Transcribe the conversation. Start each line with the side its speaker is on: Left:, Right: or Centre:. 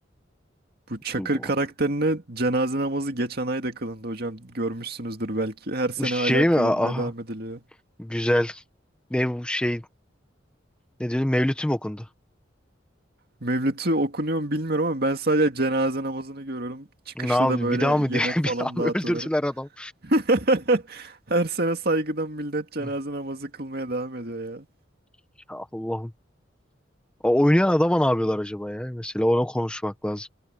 Right: Bu Çakır
Centre: Bu, bu.
Right: karakterine cenaze namazı geçen ay da kılındı hocam. Görmüşsünüzdür belki. Her sene
Centre: Bu şey
Right: hala
Centre: mi?
Right: kılınmaya
Centre: Aha.
Right: devam ediliyor.
Centre: Güzel. Ne bu şey? Ne diyordu? Mevlüt'üm okundu.
Right: Mevlüt'ü okunuyor mu bilmiyorum ama ben sadece cenaze namazını görüyorum. Çıkışta
Centre: Ne yaptı?
Right: da böyle
Centre: Bir daha mı diye
Right: yemek
Centre: <laughs> bir
Right: falan
Centre: daha mı
Right: dağıtıyorlar.
Centre: öldürdüler adam?
Right: <laughs> Her sene saygıdan millet cenaze
Centre: Hı,
Right: namazı kılmaya devam ediyor ya.
Centre: Ya Allah'ım. O oynayan adama ne yapıyorlar acaba ya? Mesela ona konuşmak lazım.